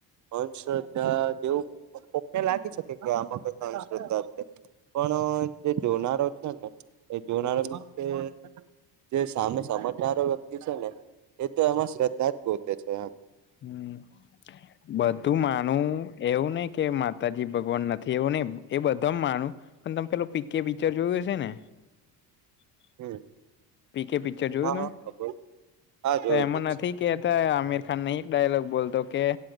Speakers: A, on the right; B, on the left.
A: અંધશ્રદ્ધા જેવું પન કોકને લાગી શકે કે આમાં કંઈક અંધશ્રદ્ધા હે પણ જે જોનારો છે ને એ જોનારા વખતે જે સામે સમજનારો વ્યક્તિ છે ને એ તો એમાં શ્રદ્ધા જ ગોતે છે એમ.
B: હમ બધું માનું એવું નહિ કે મા માતાજી ભગવાન નથી એવું નહીં એ બધામાં માનું પણ તમે પેલું પીકે પિચર જોયું હશે ને? <inaudible>
A: હમ
B: પીકે પિચર જોયું
A: હા
B: તમ?
A: હા ખબર હા જોયું
B: તો એમાં નથી કેતા આમિરખાન નહીં ડાયલોગ બોલતો કે